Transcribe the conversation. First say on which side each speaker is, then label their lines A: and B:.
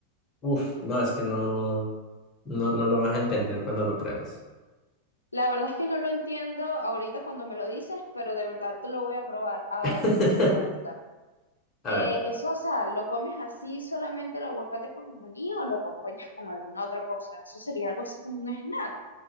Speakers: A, on the left; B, on the left.
A: uff, no, es que no, no, no lo vas a entender cuando lo pruebes.
B: La verdad es que no lo entiendo ahorita cuando me lo dices, pero de verdad te lo voy a probar. Ahora
A: <laughs>
B: tengo una pregunta.
A: A
B: Eh,
A: ver.
B: eso, o sea, ¿lo comes así solamente el aguacate con el maní o lo acompañas con alguna otra cosa? Eso sería algo así como un snack.